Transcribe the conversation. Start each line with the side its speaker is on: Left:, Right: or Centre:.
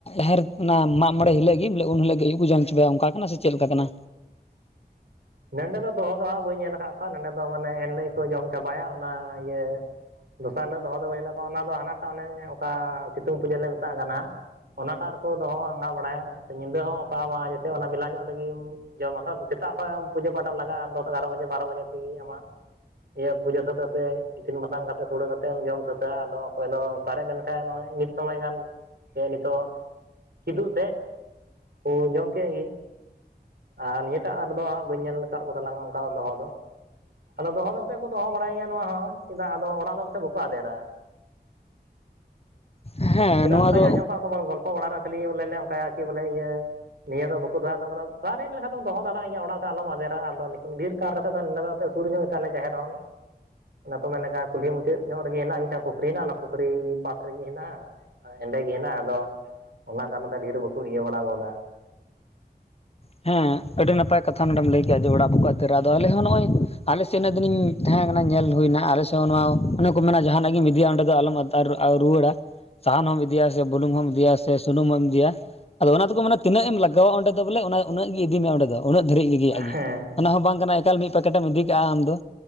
Left: ᱦᱟᱡᱮᱨ ᱚᱱᱟ ᱢᱟᱜ ᱢᱚᱬᱮ ᱦᱤᱞᱜ ᱜᱮ ᱩᱱᱦᱤᱞᱳ ᱜᱮ ᱡᱚᱢ ᱪᱚᱵᱟᱭᱟ ᱚᱱᱠᱟ ᱠᱟᱱᱟ ᱥᱮ ᱪᱮᱫ ᱞᱮᱠᱟ ᱠᱟᱱᱟ?
Right: ᱱᱚᱸᱰᱮ ᱫᱚᱦᱚ ᱫᱚ ᱦᱟᱸᱜ ᱵᱟᱹᱧ ᱧᱮᱞ ᱠᱟᱫ ᱠᱚᱣᱟ ᱱᱚᱸᱰᱮ ᱫᱚ ᱢᱟᱱᱮ ᱮᱱ ᱦᱤᱞᱳᱜ ᱠᱚ ᱡᱚᱢ ᱪᱟᱵᱟᱭᱟ ᱚᱱᱟ ᱤᱭᱟᱹ ᱫᱚᱥᱟᱨ ᱦᱤᱞᱳᱜ ᱫᱚᱦᱚ ᱫᱚ <unintelligible> ᱚᱱᱟ ᱫᱚ ᱦᱟᱱᱟᱴᱟᱜ ᱚᱱᱮ ᱚᱠᱟ ᱥᱤᱛᱩᱝ ᱯᱩᱡᱟᱹ ᱞᱮ ᱢᱮᱛᱟᱜ ᱠᱟᱱᱟ ᱚᱱᱟᱴᱟᱜ ᱨᱮᱠᱚ ᱫᱚᱦᱚᱣᱟ, ᱵᱚᱸᱜᱟ ᱵᱟᱲᱟᱭᱟ ᱥᱮ ᱧᱤᱫᱟᱹ ᱦᱚᱸ ᱚᱠᱟ ᱢᱟ ᱡᱮᱥᱮ ᱚᱠᱟ ᱵᱮᱞᱟ ᱧᱚᱜ ᱨᱮᱜᱤ ᱡᱚᱢᱠᱟᱜ ᱨᱮᱜᱤ ᱥᱮᱛᱟᱜ <unintelligible> ᱯᱩᱡᱟᱹ ᱯᱟᱴᱟᱢ ᱞᱟᱜᱟᱜᱼᱟ ᱫᱚᱥ ᱮᱜᱟᱨᱚ ᱵᱟᱡᱮ ᱵᱟᱨᱚ ᱵᱟᱡᱮ ᱛᱮᱜᱮ ᱟᱢᱟᱜ ᱤᱭᱟᱹ ᱯᱩᱡᱟᱹ ᱥᱟᱹᱛ ᱾ ᱤᱥᱤᱱ ᱵᱟᱥᱟᱝ ᱠᱟᱛᱮᱫ ᱥᱩᱲᱮ ᱠᱟᱛᱮᱢ ᱡᱚᱢ ᱥᱟᱹᱛᱟᱹᱜᱼᱟ ᱟᱫᱚ ᱚᱠᱚᱭ ᱫᱚ ᱥᱟᱨᱮᱡ ᱞᱮᱠᱷᱟ ᱢᱤᱫ ᱥᱚᱢᱚᱭ ᱜᱟᱱ᱾ ᱡᱮ ᱱᱤᱛᱚᱜ ᱠᱤᱫᱩᱵ ᱥᱮᱫ ᱳ ᱡᱚᱢ ᱠᱮᱫ ᱜᱮ᱾ ᱟᱨ ᱱᱤᱭᱟᱹᱴᱟᱜ ᱦᱟᱴ ᱵᱟᱹᱧ ᱧᱮᱞ ᱟᱠᱟᱫ ᱠᱚ ᱛᱟᱞᱟᱝ ᱚᱱᱠᱟ ᱫᱚᱦᱚ ᱫᱚ᱾ ᱟᱫᱚ ᱫᱚᱦᱚ ᱯᱟᱥᱮᱫ ᱠᱚ ᱫᱚᱦᱚ ᱵᱟᱲᱟᱭ ᱜᱮᱭᱟ ᱱᱚᱣᱟ ᱦᱚᱸ ᱪᱮᱫᱟᱜ ᱟᱫᱚ ᱚᱲᱟᱜ ᱫᱚ ᱯᱟᱥᱮᱫ ᱵᱟᱝᱠᱚ ᱟᱫᱮᱨᱟ᱾
Left: ᱦᱮᱸ
Right: ᱪᱮᱫᱟᱜ
Left: ᱱᱚᱣᱟ
Right: ᱚᱱᱠᱟᱧ
Left: ᱫᱚ
Right: ᱟᱸᱡᱚᱢ ᱠᱟᱜ ᱜᱚᱞᱯᱚ ᱵᱟᱲᱟ ᱨᱮ ᱠᱷᱟᱹᱞᱤ ᱵᱚᱞᱮ ᱞᱮ ᱚᱱᱠᱟᱭ ᱠᱤ ᱵᱚᱞᱮ ᱤᱭᱟᱹ᱾ ᱱᱤᱭᱟᱹ ᱫᱷᱟᱣ ᱵᱟᱠᱚ ᱫᱟᱜ ᱟᱫᱟ ᱢᱟᱱᱮ ᱫᱟᱜ ᱟᱨᱮᱡ ᱞᱮᱱᱠᱷᱟᱱ ᱫᱚ ᱫᱚᱦᱚ ᱫᱟᱲᱮᱭᱟᱜ ᱜᱮ ᱚᱲᱟᱜ᱾ ᱟᱞᱚᱢ ᱟᱫᱨᱟ ᱟᱫᱚ ᱞᱮᱠᱤᱱ ᱵᱤᱨ ᱠᱟᱨ ᱥᱩᱨ ᱧᱚᱜ ᱠᱮᱛᱟᱞᱮ ᱡᱟᱦᱮᱨ ᱦᱚᱸ᱾ ᱚᱱᱟ ᱠᱚ ᱢᱮᱱ ᱠᱩᱞᱦᱤ ᱢᱩᱪᱟᱹᱫ ᱧᱚᱜ ᱨᱮᱜᱮ ᱦᱮᱱᱟᱜᱼᱟ ᱢᱤᱫᱴᱟᱝ ᱯᱩᱠᱷᱨᱤ ᱦᱮᱱᱟᱜ ᱚᱱᱟ ᱯᱩᱠᱷᱨᱤ ᱯᱟᱥ ᱨᱮᱜᱮ ᱦᱮᱱᱟᱜᱼᱟ᱾ ᱮᱸᱰᱮᱜᱮ ᱦᱮᱱᱟᱜᱼᱟ ᱟᱫᱚ ᱚᱱᱟ <unintelligible> ᱤᱭᱟᱹ ᱵᱟᱲᱟ ᱜᱚᱫᱟ᱾
Left: ᱦᱮᱸ ᱟᱹᱰᱤ ᱱᱟᱯᱟᱭ ᱠᱟᱛᱷᱟ ᱱᱚᱸᱰᱮᱢ ᱞᱟᱹᱭ ᱠᱮᱫᱼᱟ ᱡᱮ ᱚᱲᱟᱜ ᱵᱟᱠᱳ ᱟᱫᱮᱨᱟ ᱟᱫᱚ ᱟᱞᱮ ᱦᱚᱸ ᱱᱚᱜᱼ ᱚ ᱟᱞᱮᱥᱮᱫ ᱫᱩᱱᱤᱱ᱾ ᱛᱟᱦᱮᱸ ᱠᱟᱱᱟ ᱧᱮᱞ ᱦᱩᱭᱱᱟ ᱟᱞᱮ ᱥᱮᱫ ᱱᱚᱣᱟ ᱚᱱᱮ ᱠᱚ ᱢᱮᱱᱟ ᱡᱟᱦᱟᱱᱟᱜ ᱜᱮ ᱤᱫᱤᱭᱟ ᱚᱸᱰᱮ ᱫᱚ ᱟᱞᱚᱢ ᱟᱛᱟᱨ ᱨᱩᱣᱟᱹᱲᱟ᱾ ᱥᱟᱦᱟᱱ ᱦᱚᱢ ᱤᱫᱤᱭᱟ ᱥᱮ ᱵᱩᱞᱩᱝ ᱦᱚᱢ ᱤᱫᱤᱭᱟ ᱥᱮ ᱥᱩᱱᱩᱢ ᱦᱚᱢ ᱤᱫᱤᱭᱟ᱾ ᱟᱫᱚ ᱚᱱᱟ ᱛᱮᱠᱚ ᱢᱟᱱᱮ ᱛᱤᱱᱟᱹᱜ ᱮᱢ ᱞᱟᱜᱟᱣᱟ ᱚᱸᱰᱮ ᱵᱚᱞᱮ ᱚᱱᱟ᱾ ᱩᱱᱟᱹᱜ ᱜᱮ ᱤᱫᱤ ᱢᱮ ᱚᱸᱰᱮ ᱫᱚ ᱩᱱᱟᱹᱜ ᱫᱷᱟᱹᱨᱤᱡ ᱨᱮᱜᱮᱭᱟᱜ ᱜᱮ
Right: ᱦᱮᱸ
Left: ᱚᱱᱟ ᱦᱚᱸ ᱵᱟᱝ ᱠᱟᱱᱟ ᱮᱠᱟᱞ ᱢᱤᱫ ᱯᱮᱠᱮᱴᱮ ᱮᱢ ᱤᱫᱤ ᱠᱟᱜᱼᱟ ᱟᱢ ᱫᱚ᱾